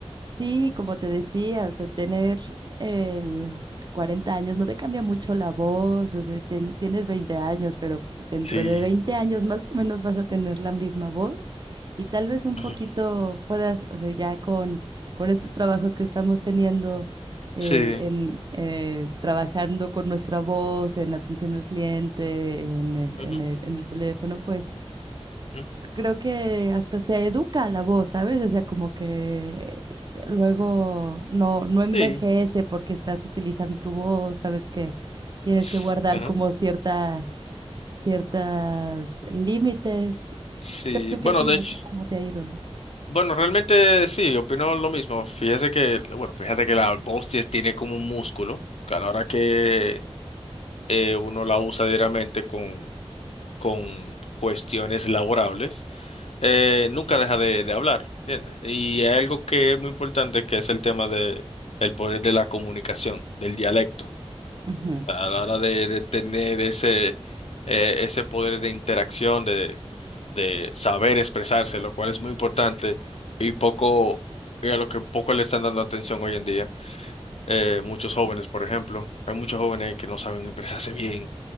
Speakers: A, on the right; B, on the left.
A: Sí, como te decía, o sea, tener el 40 años no te cambia mucho la voz, o sea, ten- tienes 20 años, pero dentro
B: Sí.
A: de 20 años más o menos vas a tener la misma voz y tal vez un
B: ujú,
A: poquito puedas, o sea, ya con, con estos trabajos que estamos teniendo, eh,
B: Sí.
A: en, eh, trabajando con nuestra voz, en atención al cliente, en el,
B: ujú,
A: en el, en el teléfono, pues
B: ujú,
A: creo que hasta se educa la voz, ¿sabes? O sea, como que luego no, no envejece
B: Sí.
A: porque estás utilizando tu voz, sabes que tienes
B: s-
A: que guardar
B: ajá,
A: como cierta, ciertas límites.
B: Sí.
A: ¿Tú tú
B: Bueno,
A: qué opinas?
B: de hecho,
A: ¿Tú ¿Cómo te ha ido?
B: bueno, realmente sí, opino lo mismo. Fíjese que, bueno, fíjate que la voz tie- tiene como un músculo, que a la hora que eh, uno la usa diariamente con, con cuestiones laborables, eh, nunca deja de, de hablar, ¿entiendes? Y hay algo que es muy importante, que es el tema de el poder de la comunicación, del dialecto.
A: Ujú.
B: a la hora de, de tener ese, eh, ese poder de interacción, de, de saber expresarse, lo cual es muy importante y poco, y a lo que poco le están dando atención hoy en día. Eh, muchos jóvenes, por ejemplo, hay muchos jóvenes que no saben expresarse bien